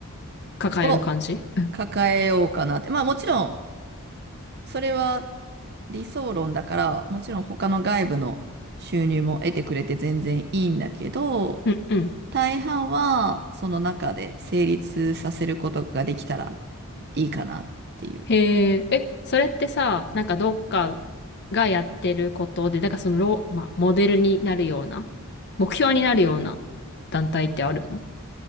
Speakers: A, on the left; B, on the right.
A: 抱える感じ
B: を抱えようかなって。まあもちろん、それは理想論だから、もちろん他の外部の収入も得てくれて全然いいんだけど、
A: うんうん。
B: 大半は、その中で成立させることができたらいいかなっていう。
A: へえ、え、それってさ、なんかどっかがやってることで、なんかそのロまあ、モデルになるような、目標になるような団体ってあるの